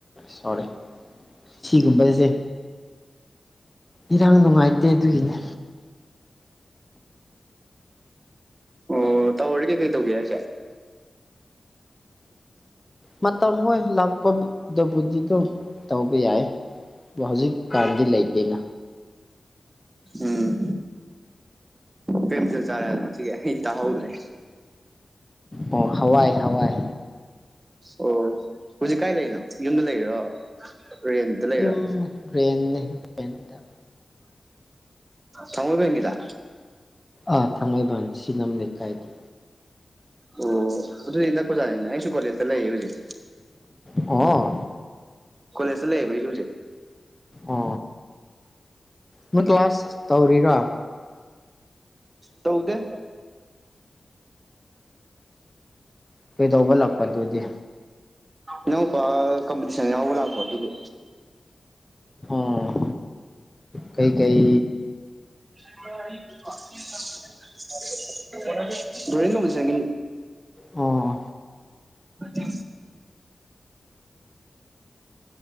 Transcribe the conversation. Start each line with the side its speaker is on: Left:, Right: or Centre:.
Left: ꯁꯣꯔꯤ ꯁꯤꯒꯨꯝꯕꯁꯦ ꯏꯔꯥꯡ ꯅꯨꯡꯉꯥꯏꯇꯦ ꯑꯗꯨꯒꯤꯅꯦ
Right: ꯑꯣ ꯇ ꯑꯣꯔꯒꯦ ꯀꯩ ꯇꯧꯒ ꯀ
Left: ꯃꯇꯝ ꯍꯣꯏ ꯂꯥꯛꯄꯗꯕꯨꯗꯤ ꯑꯗꯨꯝ ꯇꯧꯕ ꯌꯥꯏ ꯍꯧꯖꯤꯛꯀꯥꯟꯗꯤ ꯂꯩꯇꯦꯅ
Right: ꯎꯝ ꯄꯦꯝꯁꯤꯜ ꯆꯥꯔ ꯑꯗꯨ ꯃꯆꯒ ꯏꯇ ꯍꯗ꯭ꯔꯦ
Left: ꯑꯣ ꯍꯋꯥꯏ ꯍꯋꯥꯏ
Right: ꯑꯣ ꯍꯧꯖꯤꯛ ꯀꯥꯏ ꯂꯩꯔꯤꯅꯣ ꯌꯨꯝꯗ ꯂꯩꯔꯣ ꯔꯦꯟꯇ ꯂꯩꯔꯣ
Left: ꯌꯨꯝ ꯦꯟꯗ
Right: ꯊꯃꯕꯤ ꯍꯉꯗ
Left: ꯑꯥ ꯊꯥꯡꯃꯩꯕꯟ ꯁꯤꯅꯦꯝ ꯂꯩꯀꯥꯏꯗ
Right: ꯑꯣ ꯑꯗꯨꯗꯤ ꯅꯄꯖꯥꯅꯤꯅꯦ ꯑꯩꯁꯨ ꯀꯣꯂꯦꯖꯇ ꯂꯩꯌꯦ ꯍꯧꯖꯤꯛ
Left: ꯑꯣ
Right: ꯀꯣꯂꯖ ꯂꯩꯩꯁꯨꯨꯁ
Left: ꯑ ꯃ ꯀ꯭ꯂ ꯀ꯭ꯂꯥꯁ ꯇꯧꯔꯤꯔꯥ
Right: ꯇꯧꯗꯦ
Left: ꯀꯩꯗꯧꯕ ꯂꯥꯛꯄꯗꯨꯗꯤ
Right: ꯅꯎꯄꯥ ꯀꯝꯄꯇꯤꯁꯟ ꯌꯥꯎ ꯍꯥꯥꯛꯄ ꯑꯗꯨꯗꯤ
Left: ꯑꯣ ꯀꯩ ꯀꯩ
Right: ꯎ <unintelligible> ꯗ꯭ꯔꯣꯣꯌ ꯀꯕꯨꯁ ꯀ
Left: ꯑꯣ
Right: ꯑ